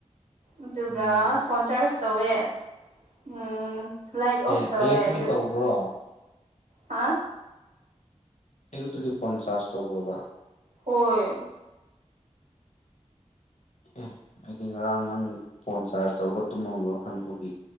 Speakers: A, on the right; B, on the left.
A: ꯑꯗꯨꯒ
B: ꯎꯝ
A: ꯐꯣꯟ ꯆꯥꯔꯖ ꯇꯧꯋꯦ ꯎꯝ ꯂꯥꯏꯠ ꯑꯣꯐ
B: ꯑꯦ
A: ꯇꯧꯋꯦ
B: ꯑꯌꯨꯛꯇꯒꯤ
A: ꯑꯗꯨ
B: ꯇꯧꯕ꯭ꯔꯣ
A: ꯍꯥ
B: ꯑꯌꯨꯛꯇꯨꯗꯤ ꯐꯣꯟ ꯆꯥꯔꯖ ꯇꯧꯕ꯭ꯔꯣꯕ
A: ꯍꯣꯏ꯫
B: ꯑꯦ ꯑꯩꯗꯤ ꯉꯔꯥꯡ ꯅꯪ ꯐꯣꯟ ꯆꯥꯔꯖ ꯇꯧꯔꯒ ꯇꯨꯝꯃꯝꯕ ꯈꯟꯕꯒꯤ꯫